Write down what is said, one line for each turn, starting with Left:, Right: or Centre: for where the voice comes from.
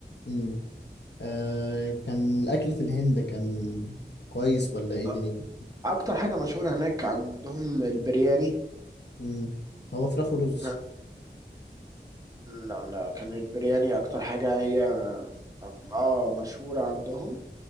Left: امم آه كان الأكل في الهند كان كويس ولا إيه دنيته؟
Right: أ- أكتر حاجة مشهورة هناك عندهم البرياني
Left: امم هو فراخ ورز
Right: وكان لا لا كان البرياني أكتر حاجة هي آه مشهورة عندهم